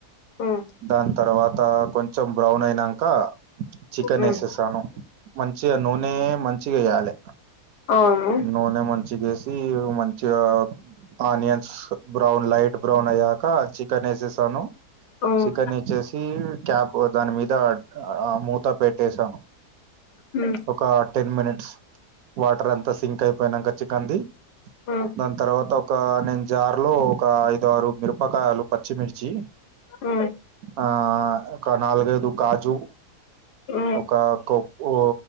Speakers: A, on the left; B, on the right.
A: ఉమ్
B: దాని తర్వాత కొంచెం బ్రౌన్ అయినాక చికెన్
A: ఉమ్
B: వేసేసాను మంచిగా నూనె మంచిగా వేయాలి
A: ఆవును
B: నూనె మంచిగేసి మంచిగా ఆనియన్స్ బ్రౌన్ లైట్ బ్రౌన్ అయ్యాక చికెన్ వేసేసాను
A: ఉమ్
B: చికెన్ వచ్చేసి క్యాబ్ దాని మీద మూతా పెట్టేసాను
A: ఉ
B: ఒక టెన్ మినిట్స్ వాటర్ అంతా సింక్ అయిపోయినాక చికెన్ ది
A: ఉమ్
B: దాని తర్వాత ఒక నేను జార్ లో ఒక ఐదు ఆరు మిరపకాయలు పచ్చిమిర్చి
A: ఉ
B: ఆ ఒక నాలుగైదు కాజు
A: ఉమ్
B: ఒక కో ఓ